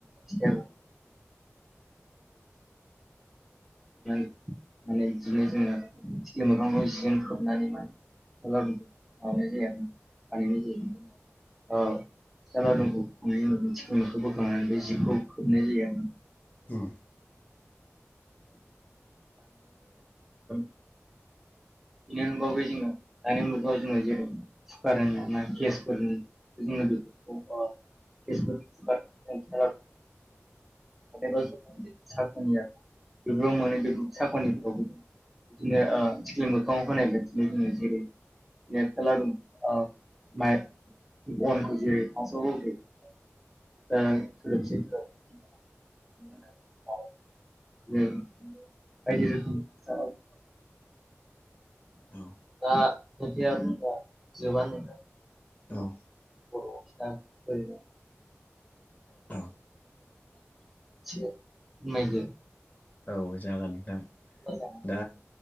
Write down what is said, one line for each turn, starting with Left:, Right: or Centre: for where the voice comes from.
Centre: जाहा <unintelligible> माने बिदिनो जोङो थिख्लि मोखांखौ जिजों खोबनानै माने फिथा लावदुम खालामनाय जायो आरोना बानायनाय जायो। औ फिथा लावदुमखौ बोखांनायनि उनाव थिखिलिखौ बोखांनानै बै जिखौ खोबनाय जायो आरोना।
Left: उम
Centre: <unintelligible> बिनि अनगायैबो जोङो दानि मुगायाव जोङो जेबो सिपारेट होननाय गेसफोर जोङो बेफोरखौ <unintelligible> गेसनि कुकारफोरखौ खम खालामनो <unintelligible> माबेबा जों सारनिया <unintelligible> बेफोराव मोनो साकनिखौ बिदिनो थिख्लि ओ मोखाङाव होनाय बायदिनो जोङो जेरै माने फिथा लावदुम ओ माइरं अनखौ जेरै फार्ट होग्रोयो <unintelligible> ओ थोरोबसे थोरोबनै <unintelligible> बायदि रोखोमनि फिथा सावो
Left: औ
Centre: दा खोथाया बुंबा जोबा नङा
Left: औ
Centre: औ नोंथां ओरैनो
Left: औ
Centre: <unintelligible> एसे फोरमायदो
Left: औ जागो नोंथां
Centre: मोजाङै
Left: दा